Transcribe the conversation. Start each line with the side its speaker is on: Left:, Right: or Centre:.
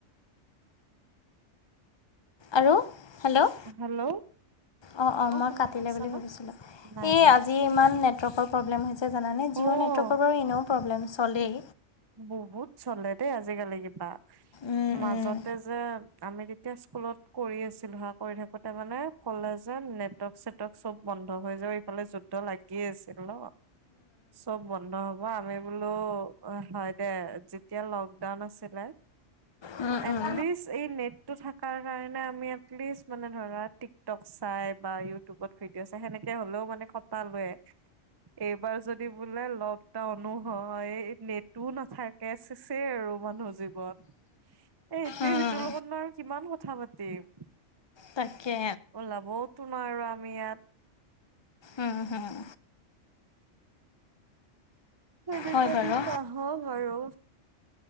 Left: আৰু? Hello
Right: hello.
Left: অঁ অঁ
Right: অ
Left: মই
Right: শুনা
Left: কাটিলে
Right: পাইছা
Left: বুলি
Right: ন?
Left: ভাবিছিলোঁ।
Right: নাই
Left: এই
Right: নাই
Left: আজি
Right: চোৱা
Left: ইমান নেটৱৰ্কৰ প্ৰব্লেম হৈছে জানা নে? জিঅ'
Right: অ'
Left: নে নেটৱৰ্কৰ বাৰু এনেও প্ৰব্লেম চলেই।
Right: বহুত চলে দেই আজিকালি কিবা
Left: উম,
Right: মাজতে
Left: উম,
Right: যে। আমি যেতিয়া স্কুলত কৰি আছিলো হা কৰি থাকোতে মানে ক'লে যে নেটৰ্ক চেটৰ্ক চব বন। বন্ধ হৈ যাও ইফালে যুদ্ধ লাগিয় আছিল ন। চব বন্ধ হব। আমি বোলো অহ। হয় দে যেতিয়া লকডাউন আছিলে।
Left: উম,
Right: এটলিস্ত
Left: উম
Right: এই নেটটো থাকাৰ কাৰণে আমি এটলিস্ত মানে ধৰা টিকটক চাই। বা ইউটিউবত ভিডিঅ চাই সেনেকে হ'লেও মানে খটা লয়। এইবাৰ যদি বোলে লকডাউনো হয়। নেটটো নাথাকে সেছেই আৰু মানুহৰ জীৱন। এ এইটোয়ে
Left: উম
Right: সেইটোৰ লগত ন আৰু কিমান কথা পাতি। তিম।
Left: তাকে
Right: উলাবৌটো নোৱাৰো আমি ইয়াত।
Left: উম হম।
Right: সেনেকুৱা
Left: হয় বাৰু
Right: দিন নাহক আৰু।